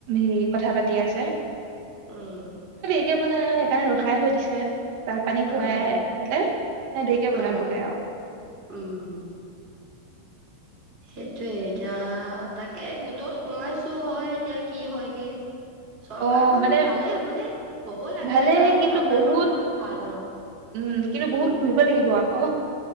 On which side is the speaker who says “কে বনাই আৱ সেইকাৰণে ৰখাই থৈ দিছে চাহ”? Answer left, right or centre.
Right